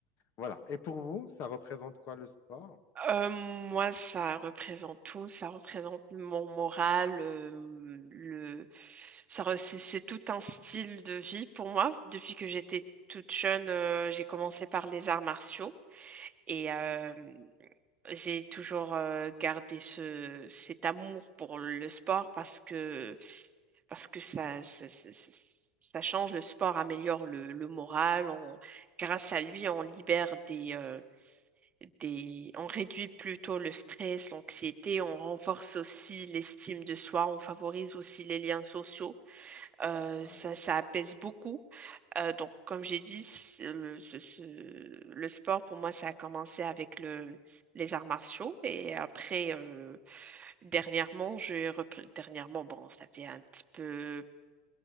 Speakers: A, on the left; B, on the right.
A: Voilà. Et pour vous, ça représente quoi le sport?
B: Euh, moi, ça représente tout. Ça représente mon moral. euh, le... ça re- C'est c'est tout un style de vie pour moi. Depuis que j'étais toute jeune, euh, j'ai commencé par les arts martiaux. Et euh, j'ai toujours euh, gardé ce, cet amour pour le sport parce que, parce que ça, ça, ça- ça- ça change, le sport améliore le, le moral. On- grâce à lui, on libère des, euh, des, on réduit plutôt le stress, l'anxiété, on renforce aussi l'estime de soi, on favorise aussi les liens sociaux. Euh,
A: Ouais.
B: ça, ça apaise beaucoup. Euh, donc, comme j'ai dit, c'est le, ce- ce- le sport pour moi, ça a commencé avec le, les arts martiaux. Et après, euh, dernièrement, j'ai repris. Dernièrement, bon, ça fait un petit peu